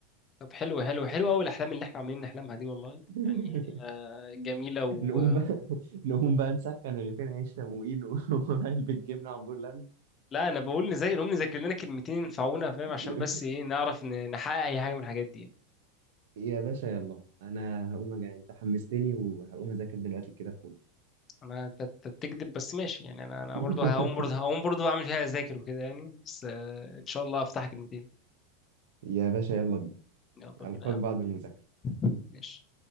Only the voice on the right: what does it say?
<laughs>
نقوم بقى نقوم بقى نسخن رغيفين عيش تموين و- <laughs> وعلبة جبنة عمبور لاند
<laughs>
يا باشا يلا انا هقوم أجا... انت حمستني وهقوم اذاكر دلوقتي كده كله
<laughs>
يا باشا يلا بينا
القاك
بعد المذاكرة